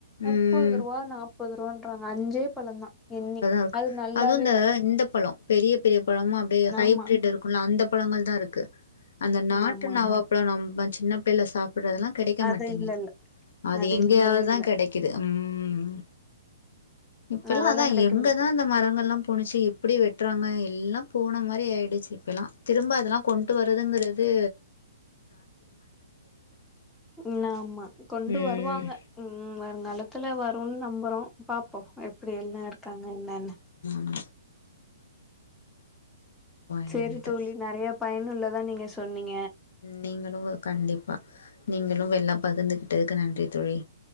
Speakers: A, in the centre; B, on the left (about 70°).
A: முப்பது
B: ம்
A: ரூபா நாற்ப தன்றாங்க அஞ்சே பழம்தான் எண்ணி
B: இரு
A: அது நல்லாவே
B: அதுவும் இந்த
A: இல்ல
B: இந்த பழம் பெரிய பெரிய பழமும் அப்படியே ஹைப்ரிட்
A: ஆமா
B: இருக்கும்ல அந்த ப பழங்கள் தான் இருக்கு அந்த நாட்டு
A: ஆமா
B: நாவப்பல
A: ஆமா
B: நம்மச் சின்ன பள்ள சாப்ப சாப்பறதெல்லாம் கிடைக்க
A: அது
B: மாட்டேங்குது
A: இல்ல இல்ல
B: அது எங்கேயாவதுதான்
A: இல்லவே இல்ல
B: கிடைக்குது உம்ஹ் இப்பல்லாம்
A: அதெல்லா
B: அதான்
A: கெடைக்க
B: எங்கதான்
A: மாட்டு
B: இந்த மரங்கள்ல்லா போணுச்சு எப்படி வெட்டுறாங்க எல்லா போன மாதிரி ஆயிடுச்சு இப்பல்லாம் திரும்ப அதெல்லாம் கொண்டு வர்றதுங்கிறது
A: ஆமா ஆமா கொண்டு
B: ம்
A: வருவாங்க உம் வருங்காலத்துல வரும்னு நம்புறோம் பாப்போம் எப்படி எல்லா இருக்காங்க நன்
B: உம் என்னன்ட்டு
A: சேரி தோழி நிறைய பயன் உள்ளதான் நீங்க சொன்னீங்
B: நீங்களும் கண்டிப்பா நீங்களும் வெல்லம் பகிர்ந்துகிட்டதுக்கு நன்றி தோழி